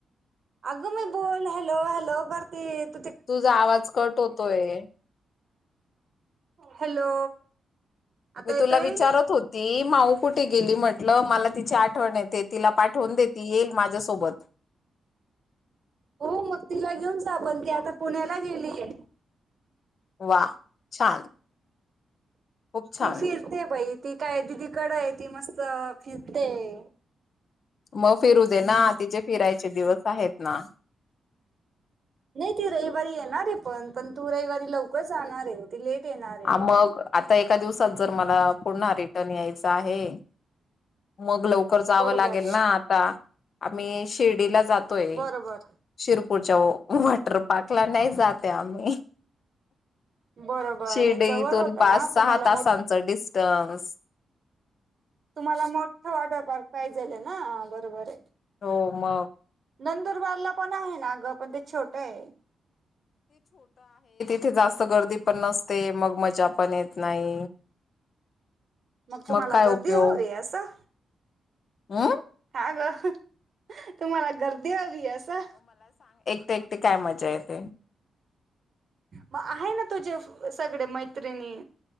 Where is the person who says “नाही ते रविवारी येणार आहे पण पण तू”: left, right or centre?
Right